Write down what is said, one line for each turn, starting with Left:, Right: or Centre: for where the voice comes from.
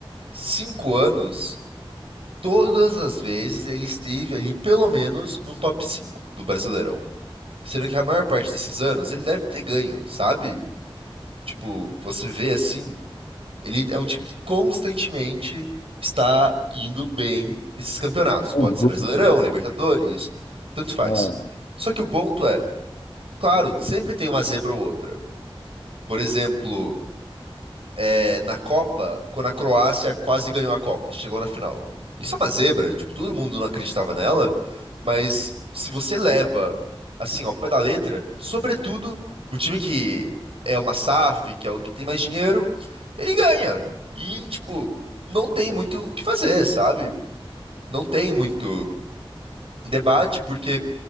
Right: cinco anos, todas as vezes ele esteve ali pelo menos no top 5 do Brasileirão. Sendo que a maior parte desses anos ele deve ter ganho, sabe? Tipo, você vê assim, ele é um time que constantemente está indo bem nesses campeonatos.
Left: <laughs> Sem
Right: Pode ser
Left: dúvida.
Right: Brasileirão, Libertadores, tanto faz.
Left: Ah.
Right: Só que o ponto é Claro, sempre tem uma zebra ou outra. Por exemplo, é, na Copa, quando a Croácia quase ganhou a Copa, chegou na final. Isso é uma zebra, tipo, todo mundo não acreditava nela, mas se você leva assim ao pé da letra, sobretudo o time que é uma SAF, que é o que tem mais dinheiro, ele ganha. E tipo, não tem muito o que fazer, sabe? Não tem muito debate porque